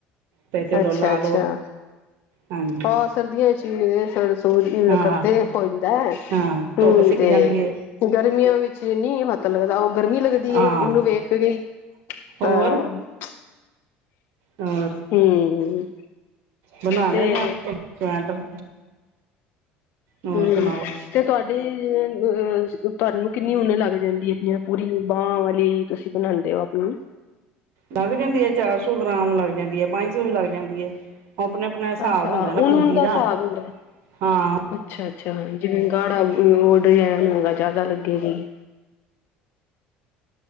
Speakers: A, on the right (about 65°); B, on the left (about 55°).
A: ਤੇ ਚਲੋ
B: ਅੱਛਾ
A: ਲਾ
B: ਅੱਛਾ
A: ਲੋ ਹਾਂਜੀ।
B: ਹਾਂ ਸਰਦੀਆਂ ਚ ਹੀ ਸ
A: ਹਾਂ
B: ਕਰਦੇ ਹੋ ਜਾਂਦਾ
A: ਹਾਂ ਧੁੱਪ
B: ਹਮ
A: ਸਿੱਕ
B: ਤੇ
A: ਜਾਂਦੀ ਹੈ
B: <unintelligible> ਗਰਮੀਆਂ ਵਿੱਚ ਨੀ ਹੱਥ ਲੱਗਦਾ। ਉਹ ਗਰਮੀ ਲੱਗਦੀ
A: ਹਾਂ
B: ਏ ਉਹਨੂੰ ਵੇਖ ਕੇ।
A: ਹੋਰ
B: ਹਾਂ <unintelligible>
A: ਹੋਰ
B: ਹਮ।
A: ਬਣਾ ਲੈਣੇ
B: ਤੇ
A: ਆ ਆਪਾ ਸਵੈਟਰ। ਹੋਰ
B: ਹਮ
A: ਸੁਣਾਓ
B: ਤੇ ਤੁਹਾਡ ਜੀ ਅਹ ਤੁਆਨੂੰ ਕਿੰਨੀ ਉਨ ਲੱਗ ਜਾਂਦੀ ਏ ਜ ਪੂਰੀ ਬਾਂਹ ਵਾਲੀ। ਤੁਸ਼ੀ ਬਣਾਦੇ ਔ ਆਪਣੀ?
A: ਲੱਗ ਜਾਂਦੀ ਏ ਚਾਰ ਸੌ ਗ੍ਰਾਮ ਲੱਗ ਜਾਂਦੀ ਏ ਪੰਜ ਸੌ ਵੀ ਲੱਗ ਜਾਂਦੀ ਏ। ਆਪਨਾ- ਆਪਨਾ ਸਾਬ
B: ਅੱਛਾ
A: ਹੁੰਦਾ ਏ ਨਾ ਬੁੰਤੀ
B: ਉਨ ਉਨ
A: ਦਾ
B: ਹਿਸਾਬ ਹੁੰਦਾ
A: ਹਾਂ।
B: ਅੱਛਾ -ਅੱਛਾ ਜਿਵੇਂ ਗਾੜਾ ਉਹ ਡੀਜੈਨ ਹੁੰਦਾ ਜਾਦਾ ਲੱਗੇਗੀ।